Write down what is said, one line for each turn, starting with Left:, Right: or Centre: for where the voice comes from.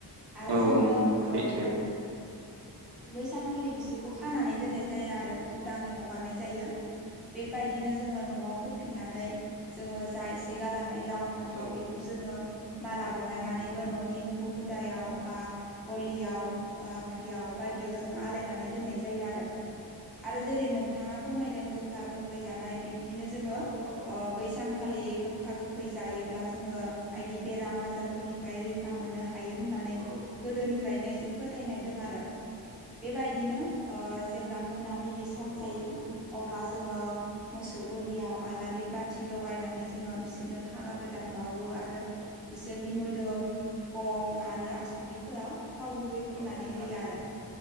Centre: आरो
Right: औ
Centre: जोङो
Right: नंगौ सैथो
Centre: औ बै सानखालि बिसोरखौ खानानै दोननाय जाया आरो उदाङै हगारनाय जायो। बेबायदिनो जोङो न'आव फैफिननानै जोङो जा एसे गालांनाय लाव फान्थाव
Right: औ
Centre: बेखौ जोङो माला बनायनानैबो
Right: नंगौ
Centre: न'नि उखउम मुदायाव बा गलियाव बाख्रियाव बायदियाव जोङो आलायनानै दोननाय जायो आरो। आरो जेरै नोंथाङा फोरमायदों गोखा गोखै जानाय बिब्दिनो जोङो
Right: औ औ
Centre: ओ बै सानखालि गोखा गोखै जायोब्ला जोङो बायदि बेराम आजारफोरनिफ्राय रैखा मोननो हायो होननानै
Right: औ
Centre: गोदोनिफ्रायनो एसे फोथायनाय दं आरो। बेबायदिनो ओ जेब्ला मोनाबिलि सम
Right: औ
Centre: जायो
Right: नंगौ
Centre: अब्ला जोङो मोसौ गलियाव आलारि बाथि लगायनानै जोङो बिसोरनो फागा गोदान बावो आरो बिसोरनि मोदोम, गं आरो आसुग्रिफोराव थाव गुबै फुननानै
Right: औ थारैनो
Centre: होयो आरो।